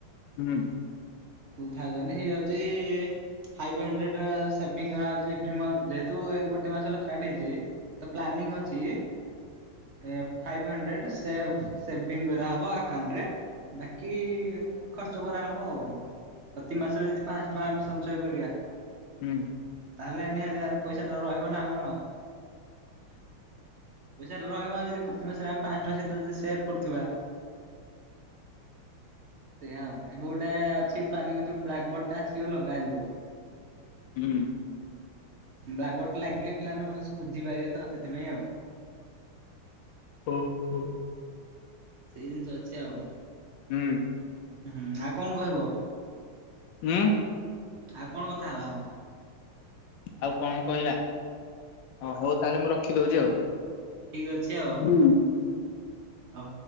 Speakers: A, on the left; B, on the right.
A: ହୁଁ
B: ଟୁ ଥାଉଜଣ୍ଡ ହେଇଯାଉଛି। ଫାଇଭ ହୁଣ୍ଡରେଡ୍ ସେଭିଙ୍ଗ ଆଉଛି ଏଭରୀ ମନ୍ଥ। ଯେହେତୁ ଗୋଟେ ମାସ ହେଲା ଷ୍ଟାଟହେଇଛି ତ ପ୍ଳାନିଙ୍ଗ ଅଛି ଏ ଫାଇଭ୍ ହଣ୍ଡ୍ରେଡ ସେଭ ସେଭିଙ୍ଗ କରାହେବ ଆକାଉଣ୍ଟରେ। ବାକି ଖର୍ଚ୍ଚ କରା ହବ ଆଉ। ପ୍ରତି ମାସରେ ଯଦି ପାଞ୍ଚସହ ଟଙ୍କା ଆମେ ସଞ୍ଚୟ କରିବା
A: ହୁଁ
B: ତାହେଲେ ନିହାତି ଆ ଭାବରେ ପଇସା ଟା ରହିବ ନା ଆମର। ପଇସା ରହିବ ଯଦି ପ୍ରତିମାସରେ ଆେ ପାଞସୋ ଜଡି ସେଭ୍ କରୁଥିବା। ସେୟା। ଏବେ ଗୋଟେ ଅଛି ପ୍ଲାନିଂ ଅଛି ଗୋଟେ ବ୍ଲାକ୍ ବୋର୍ଡ ଟା ଆସିବ ଲଗାଯିବ।
A: ହୁଁ
B: ବ୍ଲାକ ବୋର୍ଡ ଲାଗିଲେ ପିଲାମାନେ ଭଲସେ ବୁଝିପାରିବେ ସେଥିପାଇଁ ଆଉ।
A: ଓହ।
B: ସେଇ ଜିନିଷ ଅଛି ଆଉ।
A: ହୁଁ
B: ହୁଁ ଆଉ କଣ କହିବ?
A: ଉମଂ
B: ଆଉ କଣ କଥା ହବା ଆଉ।
A: ଆଉ କଣ କହିବା ଓ ହଉ ତାହେଲେ ମୁଁ ରଖିଦଉଛି ଆଉ।
B: ଠିକ ଅଛି ଆଉ।
A: ହୁଁ।